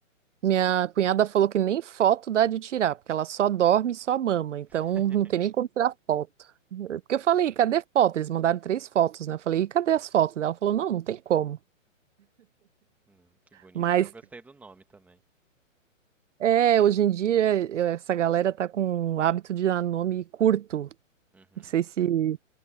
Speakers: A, on the right; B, in the centre.
A: Minha cunhada falou que nem foto dá de tirar, porque ela só dorme e só mama, então
B: <laughs>
A: não tem nem como tirar foto. Porque eu falei, cadê foto? Eles mandaram três fotos, né? Eu falei, e cadê as fotos? Ela falou, não, não tem como.
B: Hum, que bonitinho.
A: Mas
B: Eu gostei do nome também.
A: é, hoje em dia eu- essa galera tá com o hábito de dar nome curto.
B: Uhum.
A: Não sei se